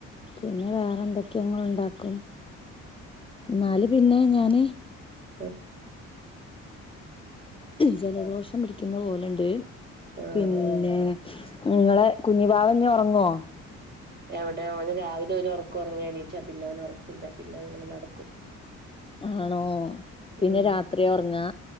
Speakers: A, on the left (about 15°); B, on the right (about 30°).
A: പിന്നെ വേറെ എന്തൊക്കെയെ ഇങ്ങളുണ്ടാക്കും ഇന്നാല് പിന്നെ ഞാന്
B: ഏഹ്
A: ജലദോഷം പിടി ക്കുന്ന പോലെണ്ട്
B: ആഹ്
A: പിന്നേ നിങ്ങളെ കുഞ്ഞിവാവ ഇനി ഉറങ്ങോ?
B: എവിടെ ഓന് രാവിലെ ഒരു ഒറക്കം ഒറങ്ങി എണീച്ചാ പിന്നെ ഓന് ഒറക്കില്ല പിന്നെ അങ്ങനെ നടക്കും
A: ആണോ? പിന്നെ
B: ഉം
A: രാത്രി ഒറങ്ങാ?